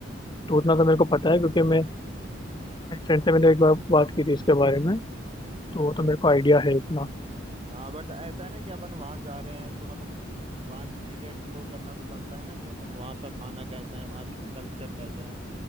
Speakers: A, on the left; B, on the right.
A: तो उतना तो मेरे को पता है क्योंकि मैं मेरे फ्रेंड से मैंने एक बार बात की थी इसके बारे में तो वो तो मेरे को आइडिया है इतना
B: हाँ बट ऐसा है ना कि अपन वहां जा रहे हैं तो मतलब वहां की चीजें एक्सप्लोर करना तो बनता है ना कि मतलब वहाँ का खाना कैसा है वहाँ की कल्चर कैसा है